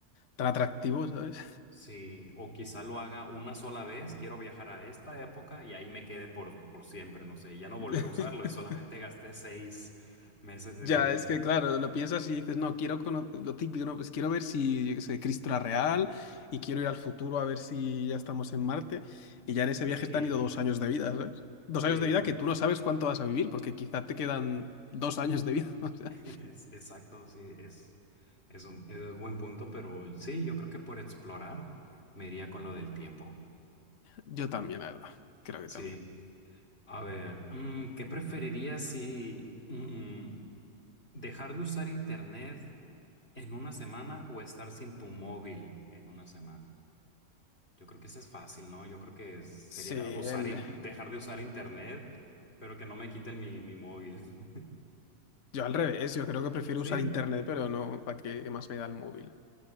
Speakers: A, on the left (about 60°); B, on the left (about 40°).
A: tan atractivo, ¿sabes?
B: Sí, o quizá lo haga una sola vez, quiero viajar a esta época y ahí me quede por, por siempre, no sé, y ya no volver
A: <laughs>
B: a usarlo y solamente gasté seis meses de
A: Ya,
B: mi vida.
A: es que claro, lo piensas y dices, no, quiero conocer lo típico, no, pues quiero ver si, yo qué sé, Cristo era real y quiero ir al futuro a ver si ya estamos en Marte. Y ya en ese
B: Sí,
A: viaje te han ido dos años de vida, ¿sabes? Dos
B: sí,
A: años
B: es,
A: de vida que tú no sabes cuánto vas a vivir, porque quizá te quedan dos años de vida. <laughs> O sea,
B: <laughs> es exacto, sí, es, es un, es un buen punto, pero sí, yo creo que por explorar me iría con lo del tiempo.
A: yo también, la verdad. Creo que
B: Sí.
A: también.
B: A ver, mm, ¿qué preferirías si mm, dejar de usar internet en una semana o estar sin tu móvil en una semana? Yo creo que eso es fácil, ¿no? Yo creo que sería
A: Sí,
B: usar
A: el...
B: in- dejar de usar internet, pero que no me quiten mi, mi móvil. <laughs>
A: yo al revés, yo creo que prefiero
B: Sí,
A: usar internet, pero no, ¿para qué, qué más me da el móvil?